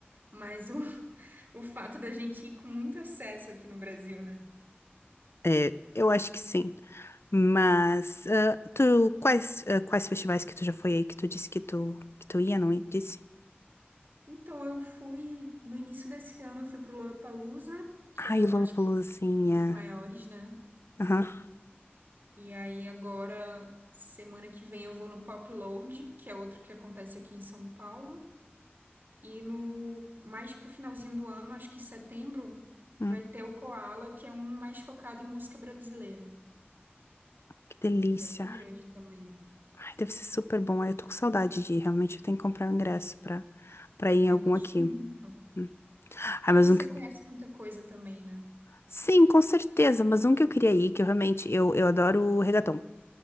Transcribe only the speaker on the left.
É, eu acho que sim. Mas, ah, tu, quais, ah, quais festivais que tu já foi aí que tu disse que tu, que tu ia, não ia? Disse?
Ai,
Lollapalooza,
sim,
é.
Aham.
Hum,
que delícia.
Ai, deve ser super bom. Ai, Eu tô com saudade de ir. Realmente eu tenho que comprar o ingresso pra, pra ir em
algum
aqui.
Hum.
Ai, mas
um
que...
Sim, com certeza. Mas um que eu queria ir, que eu realmente... Eu, eu adoro reggaeton.